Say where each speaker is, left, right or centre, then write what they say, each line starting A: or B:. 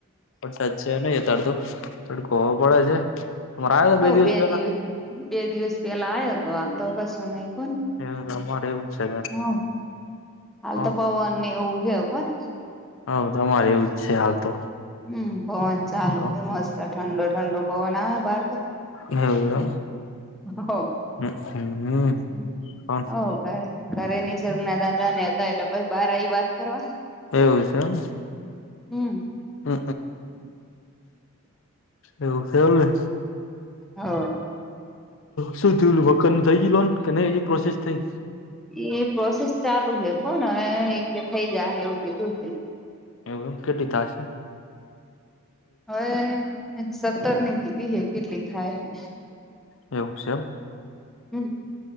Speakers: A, on the left; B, in the centre.
A: વરસાદ છે નહી અત્યારે તડકો પડે છે. તમારે આવ્યો હતો
B: ઓ બે
A: પેલા
B: દિવસ બે દિવસ પેલા આયો હતો હાલ તો કશું નહી કોન
A: એ અમારે એવું જ છે
B: હમ્મ હાલ
A: કોણ
B: તો પવનને એવું છે કોન
A: હ તમારે એવું જ છે હાલ તો
B: હમ્મ પવન ચાલુ
A: એવું
B: હે મસ્ત ઠંડો ઠંડો પવન આવે બહાર તો
A: હ એવું
B: હો
A: એ હું પણ
B: હમ
A: <unintelligible>
B: ઓ ઘરે નીસર્ગના દાદા ને હતા એટલે પહિ બાર આવી વાત કરવા.
A: એવું છે એમ.
B: હમ્મ.
A: હઅ એવું છે, એમને
B: હ
A: શું થયું ઉલુ મકાન નું થઈ જી લોન કે ન એ પ્રોસેસ થઈ
B: ઈ પ્રોસેસ ચાલુ હે કોન હવે એ કે થઇ જાહે એવું કીધું છે.
A: એવુ એમ કેટલી થાશે.
B: હવે સત્તર ની કીધી હે, કેટલી થાય હે
A: એવું છે એમ
B: હમ્મ.